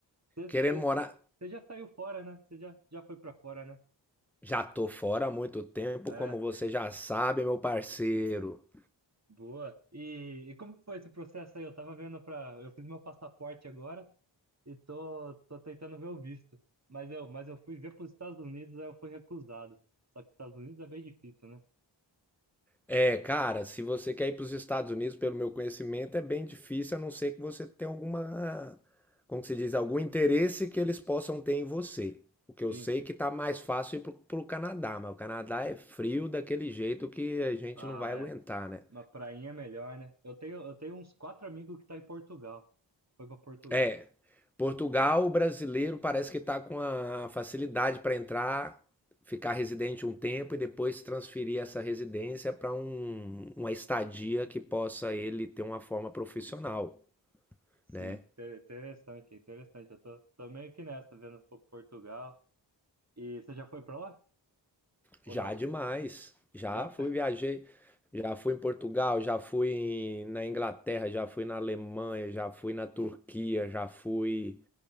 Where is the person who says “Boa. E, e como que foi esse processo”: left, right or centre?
Right